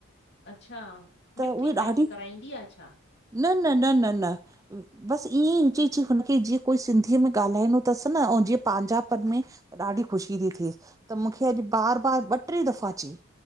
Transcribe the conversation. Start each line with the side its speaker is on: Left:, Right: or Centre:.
Left: अच्छा
Right: त
Left: मिट्री
Right: उहे
Left: माइट्री
Right: ॾाढियूं
Left: कराईंदी आ छा?
Right: न न न न न बसि ईअं ई चईं चइ हुनखे जीअं कोई सिंधीअ में ॻाल्हाइदो तस न अऊं जीअं पांजा मन में ॾाढी ख़ुशी ती थे त मूंखे अॼु बार बार ॿ ट्रै दफ़ा चईं। ‌